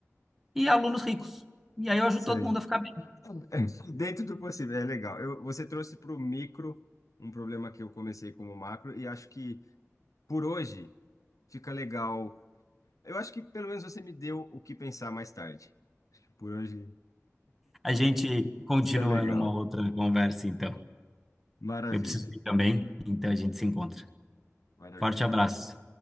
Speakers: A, in the centre; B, on the left (about 85°).
A: e alunos ricos. E aí eu ajudo
B: sei.
A: todo mundo a ficar bem.
B: <laughs> Dentro do possível, é legal. Eu, você trouxe para o micro um problema que eu comecei como macro, e acho que por hoje fica legal. Eu acho que pelo menos você me deu o que pensar mais tarde. Por hoje
A: A gente continua
B: está legal.
A: numa outra conversa, então.
B: Maravilha,
A: Eu preciso ir também, então a gente se encontra.
B: maravilha.
A: Forte abraço.